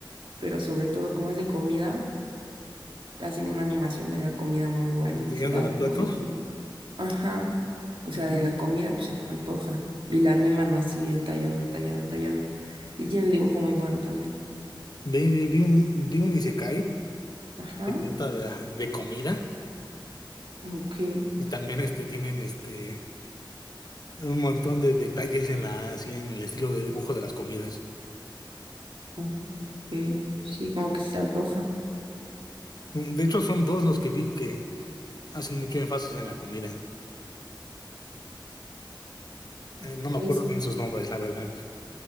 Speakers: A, on the right (about 85°); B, on the left (about 50°).
A: pero sobre todo como es de comida, hacen una animación de la comida muy buena,
B: Llegando
A: se te antoja
B: al plato,
A: y todo. Ajá, o
B: vi,
A: sea, de la comida pues se te antoja y la animan así detallado, detallado, detallado. Y tiene el dibujo muy bueno también.
B: vi un, vi un isekai
A: Ajá,
B: que trata de, de comida
A: ok,
B: y también este, tienen este, un montón de detalles en, la, así, en el estilo de dibujo de las comidas.
A: mm, ok, sí, como que se te antoja.
B: De hecho, son dos los que vi que hacen mucho énfasis en la comida. Eh, no me
A: ¿Es
B: acuerdo bien sus nombres, la verdad.